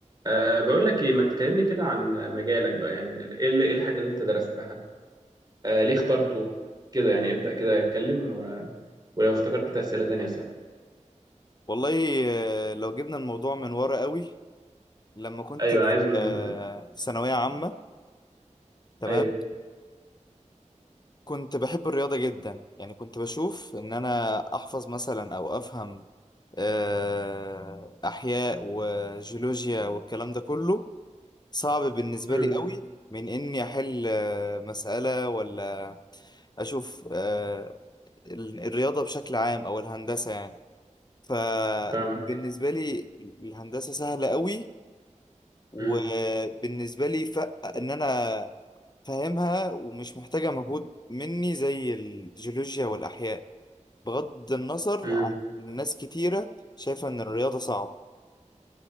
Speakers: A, on the right; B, on the left.
A: أه بقول لك ايه ما تكلمني كده عن مجالك بقى يعني ايه اللي- ايه الحاجة اللي انت درستها أه ليه اخترته كده يعني ابدأ كده اتكلم و... ولو افتكرت أسئلة تانية صح
B: والله آه، لو جبنا الموضوع من ورا قوي لما كنت
A: ايوه
B: في
A: انا عايزه من
B: آه،
A: آه،
B: في ثانوية عامة تمام
A: ايوه
B: كنت بحب الرياضة جدا يعني كنت بشوف ان انا احفظ مثلا او افهم آه، احياء وجيولوجيا والكلام ده كله صعب بالنسبة
A: امم
B: لي قوي من اني احل آه، مسألة ولا اشوف آه، ال- الرياضة بشكل عام او الهندسة يعني فبالنسبة
A: فاهمك
B: لي الهندسة سهلة قوي وبالنسبة
A: امم
B: لي ف... إن أنا فاهمها ومش محتاجة مجهود مني زي الجيولوجيا والأحياء بغض النظر
A: امم
B: عن ناس كتيرة شايفة إن الرياضة صعب